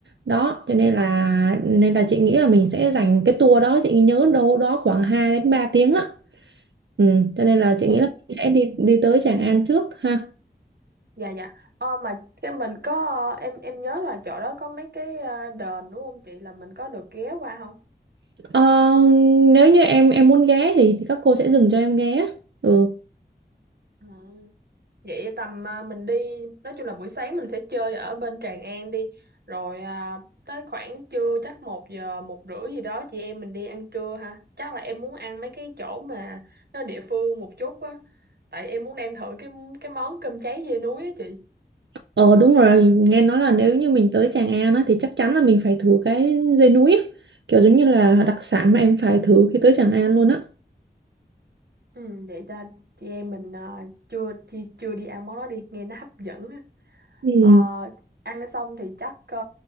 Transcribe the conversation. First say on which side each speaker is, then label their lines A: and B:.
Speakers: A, on the right; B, on the right.
A: đó cho nên là nên là chị nghĩ là mình sẽ dành cái tour đó chị nhớ đâu đó khoảng 2 đến 3 tiếng á ừ, cho nên là chị
B: Ừ.
A: nghĩ là mình sẽ đi đi tới Tràng An trước ha
B: Dạ dạ. Ờ, mà cái mình có ờ, em em nhớ là chỗ đó có mấy cái ờ, đền đúng không chị là mình có được ghé qua không?
A: Ờ, nếu như em em muốn ghé thì thì các cô sẽ dừng cho em ghé. Ừ.
B: À. Vậy tầm à, mình đi nói chung là buổi sáng mình sẽ chơi ở bên Tràng An đi rồi à, tới khoảng trưa chắc một giờ một rưỡi gì đó chị em mình đi ăn trưa ha chắc là em muốn ăn mấy cái chỗ mà nó địa phương một chút á tại em muốn đem thử cái cái món cơm cháy dê núi á chị
A: Ờ đúng rồi, nghe nói là nếu như mình tới Tràng An á, thì chắc chắn là mình phải thử cái dê núi á. Kiểu giống như là đặc sản mà em phải thử khi tới Tràng An luôn á.
B: Ừ, vậy ta chị em mình à, chưa chưa chưa đi ăn món đó đi nghe nó hấp dẫn
A: Ừ.
B: Ờ, ăn xong thì chắc ờ,